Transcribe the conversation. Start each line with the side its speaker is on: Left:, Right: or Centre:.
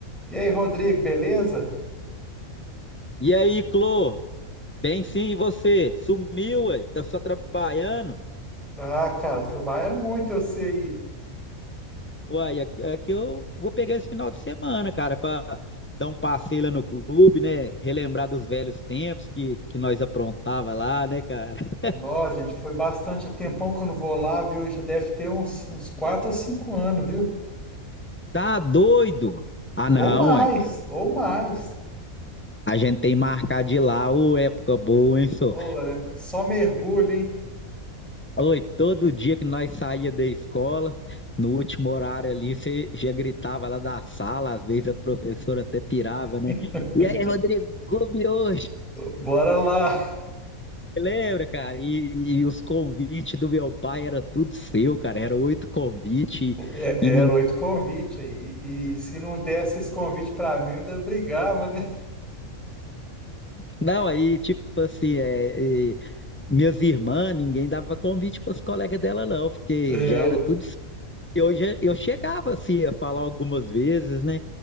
Centre: E aí, Rodrigo, beleza?
Left: E aí, Clô? Bem sim, e você? Sumiu, ué? Tá só trabalhando?
Centre: Ah, cara, trabalharam muito, eu sei.
Left: Uai, aqui, aqui eu vou pegar esse final de semana, cara, pra dar um passeio lá no clube, né? Relembrar dos velhos tempos que, que nós aprontava lá, né, cara? <laughs>
Centre: Nós, gente, foi bastante. Há tempão que eu não vou lá, viu? Já deve ter uns, uns 4 ou 5 anos, viu?
Left: Tá doido? Ah, não,
Centre: Ou mais,
Left: ué.
Centre: ou mais.
Left: A gente tem marcado de ir lá, ô, época boa, hein, só?
Centre: Ora, só mergulho, hein?
Left: Oi, todo dia que nós saía da escola, no último horário ali, você já gritava lá da sala, às vezes a professora até pirava, né?
Centre: <laughs>
Left: E aí, Rodrigo, clube hoje?
Centre: Bora lá.
Left: Lembra, cara? E, e os convites do meu pai era tudo seu, cara. Era oito convites
Centre: É,
Left: e, ninguém.
Centre: era oito convites aí. E, e se não desse esse convite pra mim, eu ainda brigava, né?
Left: Não, aí, tipo assim, é, é, minhas irmãs, ninguém dava convite para os colegas dela, não, porque
Centre: É,
Left: já
Centre: Eu.
Left: era tudo seu. Eu, já- eu chegava assim a falar algumas vezes, né?